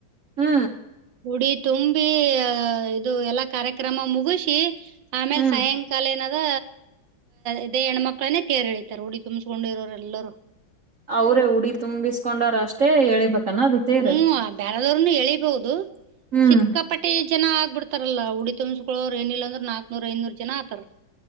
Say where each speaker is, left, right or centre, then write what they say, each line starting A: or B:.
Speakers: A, on the right; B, on the right.
A: ಹ್ಮ್
B: ಉುಡಿ ತುಂಬಿ ಅ ಇದು ಎಲ್ಲಾ ಕಾರ್ಯಕ್ರಮ ಮುಗಿಸಿಿ ಆಮೇಲೆ
A: ಹ್ಮ್
B: ಸಾಯಂಕಾಲ ಏನಾದ ಇದೇ ಹೆಣ್ಮಕ್ಳನ್ನೇ ತೇರು ಎಳಿತಾರೆ ಉುಡಿ ತುಂಬಸ್ಕೊಂಡು ಇರೋರೆ ಎಲ್ಲರೂ
A: ಅವ್ರೇ ಉಡಿ ತುಂಬಿಸ್ಕೊಂಡಾರ ಅಷ್ಟೇ ಎಳಿಬೇಕನ ಅದು ತೇರು
B: ಹ್ಮ ಬೇರಾದವರನು ಎಳಿಬಹುದು
A: ಹ್ಮ್
B: ಸಿಕ್ಕಾಪಟ್ಟೆ ಜನ ಆಗ್ಬ ಬಿಡ್ತಾರಲ್ಲ ಉಡಿ ತುಂಬಸ್ಕಳ್ಳವರು ಏನಿಲ್ಲ ಅಂದ್ರರು ನಾಕ್ನೂರ್ ಐನೂರು ಜನ ಆತಾರ